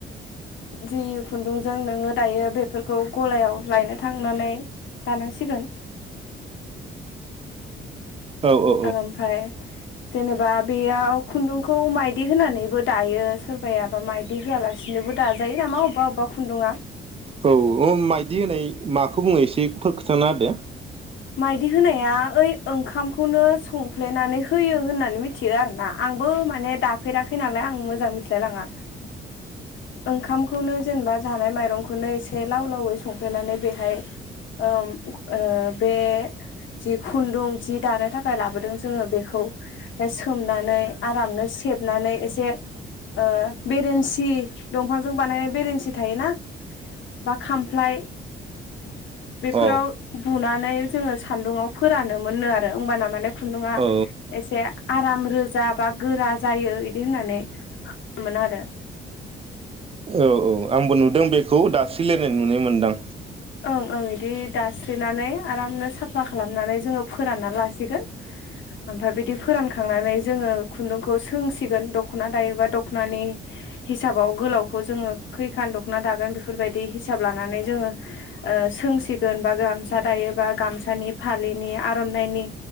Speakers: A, on the left (about 75°); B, on the right (about 30°).
A: जि खुन्दुंजों नोङो दायो बे फोरखौ गलायाव लायनो थांनानै लानांसिगोन।
B: औ औ
A: ओमफाय जेनेबा बेयाव खुन्दुंखौ माइदि होनानैबो दायो सोरबायाबा माइदि होआलासिनोबो दाजायो नामा अबबा अबबा खुन्दुङा
B: औ अ माइदि होनाय माखौ बुङो एसे फोर <unintelligible>
A: माइदि होनाया ओइ ओंखामखौनो संफ्लेनानै होयो होननानै मिथियो आरोना आंबो माने दाफेराखै नालाय आं मोजां मिथिलाय लाङा ओंखामखौनो जेनेबा जानाय माइरंखौनो एसे लाव लावै संफ्लेनानै बेहाय ओम ओ बे जि खुन्दुं जि दानो थाखाय लाबोदों जोङो बेखौ सोमनानै आरामनो सेबनानै एसे ओ बेरेन्सि दंफांजों बानायनाय बेरेन्सि थायोना बा खामफ्लाय बेफोराव
B: औ
A: बुना नै जोङो सान्दुंङाव फोरानो मोननो आरो होमबाना माने खुन्दुङा
B: औ
A: एसे आराम रोजा बा गोरा जायो इदि होननानै मोन आरो
B: औ औ आंबो नुदों बेखौ दास्रिलायनाय नुनाय मोनदां।
A: ओं ओं इदि दास्रिनानै आरामनो साफा खालामनानै जोङो फोरानना लासिगोन ओमफाय बिदि फोरानखांनानै जोङो खुन्दुंखौ सोंसिगोन दख'ना दायोबा दख'नानि हिसाबाव गोलावखौ जोङो खैखान दख'ना दागोन बेफोरबायदि हिसाब लानानै जोङो ओ सोंसिगोन बा गामसा दायो बा गामसानि फालिनि आर'नाइनि